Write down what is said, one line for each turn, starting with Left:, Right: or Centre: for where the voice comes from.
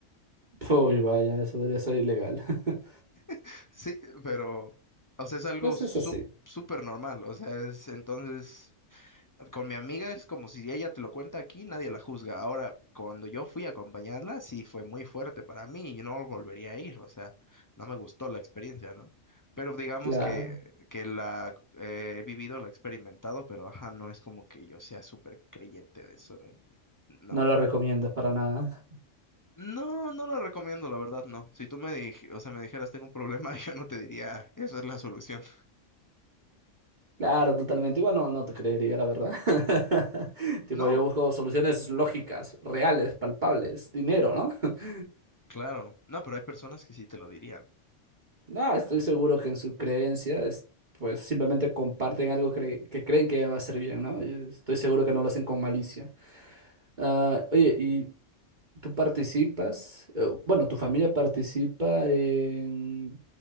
Right: <laughs> Uy, vaya, eso debería ser ilegal. <laughs>
Left: <laughs> Sí, pero, o sea, es algo
Right: Pues
Left: sup-
Right: es así,
Left: súper normal, o sea, es entonces... con mi amiga es como si ella te lo cuenta aquí, nadie la juzga. Ahora, cuando yo fui a acompañarla, sí fue muy fuerte para mí y no volvería a ir, o sea, no me gustó la experiencia, ¿no? Pero digamos
Right: claro.
Left: que, que la eh, he vivido, la he experimentado, pero ajá, no es como que yo sea súper creyente de eso, de- no.
Right: No lo recomiendas para nada.
Left: No, no lo recomiendo, la verdad, no. Si tú me dij- o sea, me dijeras tengo un problema, <laughs> yo no te diría, esa es la solución.
Right: Claro, totalmente. Igual no, no te creería, la verdad. <laughs> Tipo,
Left: No,
Right: yo busco soluciones lógicas, reales, palpables, dinero, ¿no? <laughs>
Left: claro. No, pero hay personas que sí te lo dirían.
Right: No, estoy seguro que en su creencia, es- pues simplemente comparten algo cre- que creen que va a ser bien, ¿no? Y Estoy seguro que no lo hacen con malicia. Ah, oye, ¿Tú participas? eh, bueno, ¿tu familia participa en,